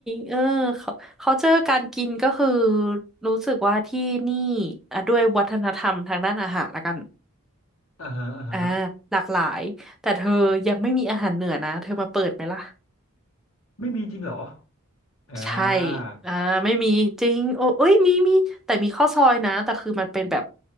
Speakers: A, in the centre; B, on the left (about 75°).
A: เออเขาเขาเจอการกินก็คือรู้สึกว่าที่นี่อ่ะด้วยวัฒนธรรมทางด้านอาหารละกัน
B: อ่าฮะอ่าฮะ
A: อ่าหลากหลายแต่เธอยังไม่มีอาหารเหนือนะเธอมาเปิดไหมล่ะ
B: ไม่มีจริงเหรออ่า
A: ใช่อ่าไม่มีจริงโอ้เอ้ยมีมีแต่มีข้าวซอยนะแต่คือมันเป็นแบบ